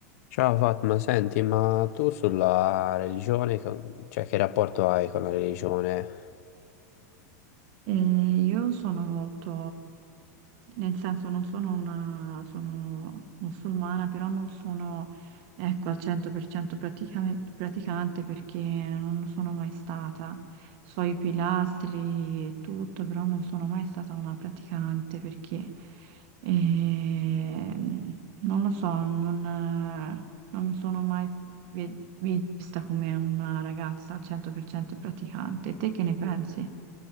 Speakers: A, on the left; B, on the right.
A: Ciao Fatma, senti, ma tu sulla religione, con- cioè che rapporto hai con la religione?
B: E io sono molto, nel senso non sono una, sono musulmana, però non sono, ecco, al 100% praticame- praticante perché non lo sono mai stata. So i pilastri e tutto, però non sono mai stata una praticante perché, ehm, non lo so, non, eh, non mi sono mai ve- vista come una ragazza al 100% praticante. Te che ne pensi?